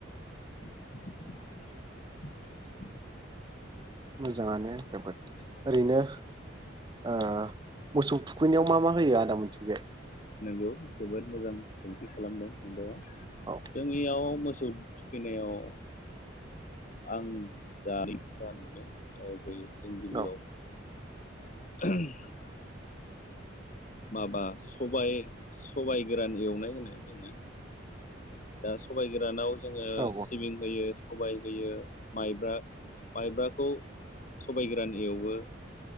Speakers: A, on the left; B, on the right.
A: <inaudible>
B: मोजाङानो जोबोद ओरैनो ओ मोसौ थुखैनायाव मा मा होयो आदा मोनथि
A: नोंगौ जोबोद मोजां सोंथि खालामदों फंबाया।
B: औ
A: जोंनियाव मो सौ थुखैनायाव। आं जा जा नुदों ओ जे जों गिबियाव।
B: औ
A: <unintelligible> माबा सबाय सबाय गोरान एवनाय होनो जोङो। दा सबाय गोरानाव। जोङो
B: औ
A: सिबिं होयो। सबाय होयो माइब्रा माइब्राखौ सबाय गोरान एवो।